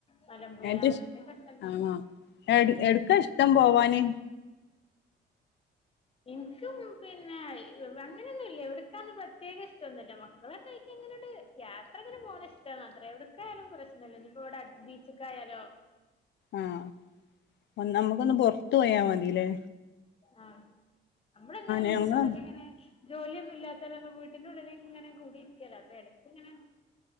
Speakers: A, on the left; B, on the left.
A: മലമ്പുഴ
B: എന്റെ
A: അങ്ങൻതൊക്കെ
B: ഇഷ്
A: സ്ഥലത്ത്
B: ആണോ എട് എട്ക്കാ ഇഷ്ടം പോവാന്
A: ഇൻക്കും പിന്നെ അങ്ങനെയൊന്നുല്ല എവിടുക്കാന്ന് പ്രത്യേക ഇഷ്ടൊന്നുല്ല മക്കളൊക്കായിട്ട് ഇങ്ങനെണ്ട് യാത്രങ്ങനെ പോണ ഇഷ്ടാ എവിട്ക്കായാലും പ്രശ്നല്ല ഇനിപ്പോ ഇവിട അട് ബീച്ചിക്കായാലോ
B: ആഹ് നമുക്കൊന്ന് പൊർത്ത് പോയാമതിലേ
A: ആഹ് നമ്മളിങ്ങനെ വീട്ടിന്റെ
B: ഞങ്ങള്
A: ഉള്ളിൽ ഇങ്ങനെ ജോലി ഒന്നും ഇല്ലാത്തര് ഒക്കെ വീട്ടിന്റെ ഉള്ളിലിങ്ങനെ കുടിര്കല്ലെ അപ്പൊ എടക്ക് ഇങ്ങനെ